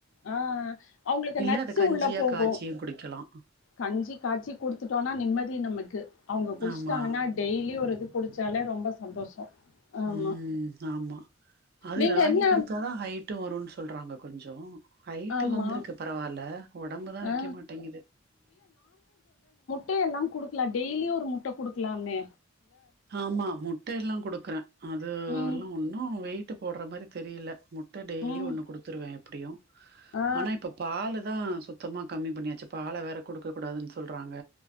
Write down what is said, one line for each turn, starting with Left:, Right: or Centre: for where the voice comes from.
Left: ஆ அவுங்குளுக்கு
Right: இல்ல
Left: நட்ஷூ
Right: அது கஞ்சியா
Left: உள்ள போகு
Right: காய்ச்சியு குடிக்கலா
Left: கஞ்சி காய்ச்சி குடுத்துட்டோனா நிம்மதி நமக்கு அவுங்க குடிச்ட்டாங்னா
Right: ஆமா
Left: டெய்லி ஒரு இது குடிச்சாலே ரொம்ப சந்தோஷோ ஆமா
Right: ம் ஆமா அது
Left: நீங்க
Right: ராகி
Left: என்ன
Right: குடுத்தாதா ஹைட்டு வருன் சொல்றாங்க கொஞ்சோ ஹைட்டு
Left: ஆமா
Right: வந்துருக்கு பரவால்ல ஒடம்புதா வைக்க
Left: ஆ
Right: மாட்டேங்குது
Left: மே எல்லா குடுக்கலா டெய்லியு ஒரு முட்ட குடுக்லாமே
Right: ஆமா முட்ட எல்லா குடுக்குறே அது
Left: ம்
Right: எல்லா ஒன்னு வெயிட் ட்டு போர்ற மாரி தெரில முட்ட டெய்லி
Left: ம்
Right: ஒன்னு குடுத்துருவே எப்டியு
Left: ஆ
Right: ஆனா இப்ப பாலுதா சுத்தமா கம்மி பண்ணியாச்சு பால வேற குடுக்க கூடாதுன் சொல்றாங்க